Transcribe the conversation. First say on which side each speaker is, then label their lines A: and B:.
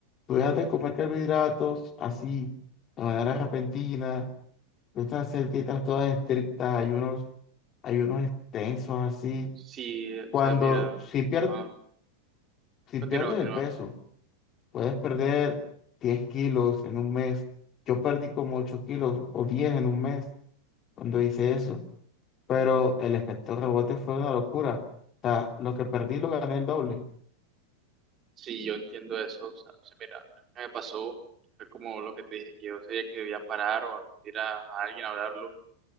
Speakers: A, on the left; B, on the right.
A: tú dejas de comer carbohidratos así, de manera repentina, tú estás a hacer dietas todas estrictas, ayunos, ayunos extensos así.
B: Sí, o
A: Cuando,
B: sea, mira,
A: si pier-
B: ajá.
A: si
B: Continúa,
A: pierdes
B: continúa.
A: el peso, puedes perder 10 kilos en un mes. Yo perdí como 8 kilos o diez en un mes cuando hice eso, pero el efecto rebote fue una locura. O sea, lo que perdí lo gané el doble.
B: Sí, yo entiendo eso. O sea, o sea, mira, lo que me pasó fue como lo que te dije, que yo sabía que debía parar o acudir a, a alguien a hablarlo.